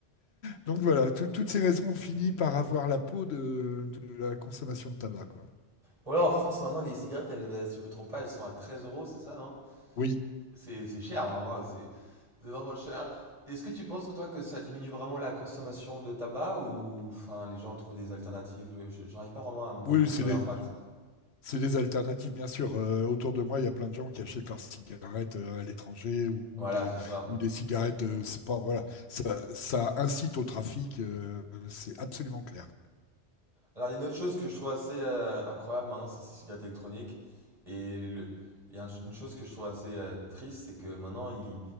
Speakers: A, on the left (about 65°); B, on the right (about 30°).
A: donc voilà, tout- toutes ces raisons ont fini par avoir la peau de, de la consommation de tabac, quoi.
B: Bon là en France maintenant les cigarettes, elles, euh, si je me trompe pas, elles sont à 13 euros, c'est ça, non?
A: Oui,
B: C'est c'est cher, hein, waouh, c'est c'est vraiment cher. Est-ce que tu penses que toi que ça diminue vraiment la consommation de tabac ou enfin les gens trouvent des alternatives? Je- je- J'arrive pas vraiment à me rendre
A: oui,
B: compte
A: c'est
B: de
A: des...
B: l'impact.
A: C'est des alternatives, bien sûr. Euh, autour de moi, il y a plein de gens qui achètent leurs cigarettes euh, à l'étranger ou, ou
B: Voilà,
A: des,
B: c'est ça.
A: ou des cigarettes. euh, c'est pas- voilà. ça, ça incite au trafic, euh, c'est absolument clair.
B: Alors, il y a une autre chose que je trouve assez euh, incroyable maintenant, c'est ces cigarettes électroniques. Et le- il y a un- une chose que je trouve assez euh, triste, c'est que maintenant, ils